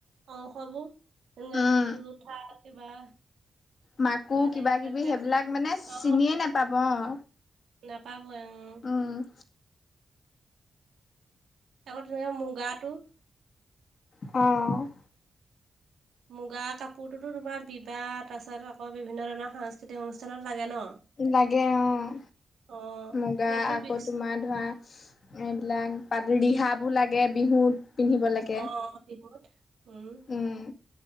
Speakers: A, on the right; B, on the left.
A: অংশবোৰ যেনেকে
B: উম
A: তুলুথা কিবা
B: মাকো
A: আৰু এনে
B: কিবা কিবি সেইবিলাক
A: আছে
B: মানে
A: অ
B: চিনিয়ে নেপাব অঁ।
A: নাপাবই উমঁ।
B: উম।
A: আকৌ তেনেকে মুগাটো।
B: অঁ।
A: মুগা কাপোৰতোতো তোমাৰ বিবাহ তাৰপাছত আকৌ বিভিন্ন ধৰণৰ সাংস্কৃতিক অনুষ্ঠানত লাগে ন।
B: লাগে অঁ,
A: অ
B: মুগা
A: সেইটো
B: আকৌ
A: পিছ
B: তোমাৰ ধৰা এইবিলাক পাত ৰিহাবোৰ লাগে বিহুত, পিন্ধিবলৈকে
A: অ বিহুত উম
B: উম